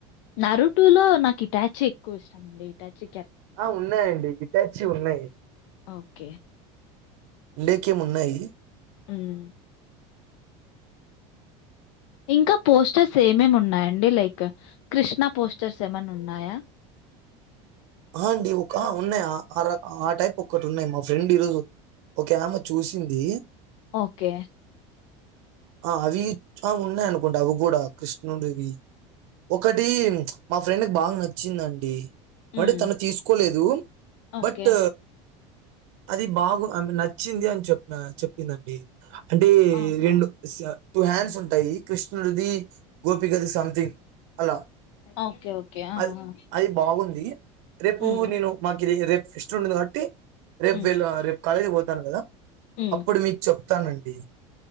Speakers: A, on the left; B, on the right.
A: నరుటూ లో నాకు ఇటాచి ఎక్కువ ఇష్టాం అండి ఇటాచి
B: ఆ ఉన్నాయండి హిట్టాచ్చి ఉన్నాయి
A: ఓకే.
B: లేకేమున్నాయి
A: హ్మ్. ఇంకా పోస్టర్స్ ఏమేమున్నాయండి లైక్ కృష్ణా పోస్టర్స్ ఏమన్నా ఉన్నాయా
B: ఆ అండి ఒక ఉన్నాయి ఆ అర ఆ టైప్ ఒక్కటి ఉన్నాయి మా ఫ్రెండ్ ఈరోోజు ఒక ఆమె చూసింది
A: ఓకే.
B: ఆ అవి చ అ ఉన్నాయనుకుంటా అవి కూడా కృష్ణుడివి ఒకటి మా ఫ్రెండ్కి బాగా నచ్చిందండి
A: హ్మ్.
B: వాడ్ తను తీసుకోలేదు
A: ఓకే.
B: బట్ అది బాగు ఆమె నచ్చింది అని చెప్పనా చెప్పిందండి అంటే
A: ఆహా!
B: రెండు సి టూ హ్యాండ్స్ ఉంటాయి కృష్ణుడిది గోపికది సంథింగ్ అలా.
A: ఓకే ఓకే ఆ
B: అది
A: ఆ
B: అది బాగుంది. రేపు
A: హ్మ్.
B: నేను మాకు ఇది రేపు ఫెస్ట్ ఉంది కాబట్టి రేపు
A: హ్మ్.
B: వెల్ రేపు కాలేజీకి పోతాను కదా
A: హ్మ్.
B: అప్పుడు మీకు చెప్తానండి